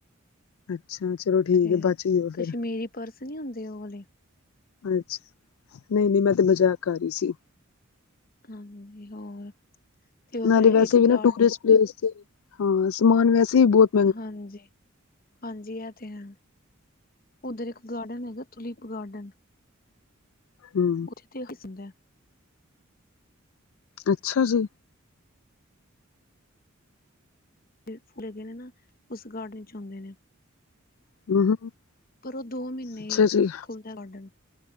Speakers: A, on the left; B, on the left.
A: ਅੱਛਾ ਚਲੋ ਠੀਕ
B: ਤੇ
A: ਹੈ ਬਚ ਗਏ ਹੋ ਫਿਰ
B: ਕਸ਼ਮੀਰੀ ਪਰਸ ਨੀ ਹੁੰਦੇ ਓ ਵਾਲੇ।
A: ਅੱਛ, ਨਈ -ਨਈ ਮੈ ਤੇ ਮਜਾਕ ਕਰ ਰੀ ਸੀ।
B: ਹਾਂਜੀ, ਹੋਰ ਤੇ ਓਧਰ
A: ਨਾਲੇ ਵੈਸੇ
B: ਇੱਕ
A: ਵੀ
B: ਗਾਰਡ
A: <unintelligible> ਹਾਂ, ਸਮਾਨ ਵੈਸੇ ਵੀ ਬੌਤ
B: ਹਾਂਜੀ। ਹਾਂਜੀ, ਐ ਤੇ ਹੈ ਉੱਧਰ ਇੱਕ ਗਾਰਡਨ ਹੈਗਾ ਤੁਲੀਪ ਗਾਰਡਨ।
A: ਹੁੰ
B: ਏਥੇ ਹਸਦੈ।
A: ਅੱਛਾ ਜੀ!
B: ਫੁੱਲ ਹੈਗੇ ਨੇ ਨਾ ਉਸ ਗਾਰਡਨ ਚ ਹੁੰਦੇ ਨੇ।
A: <inaudible>
B: ਪਰ ਓ ਦੋ ਮੀਨੇ
A: ਅੱਛਾ ਜੀ
B: ਖੁੱਲਦੈ ਗਾਰਡਨ।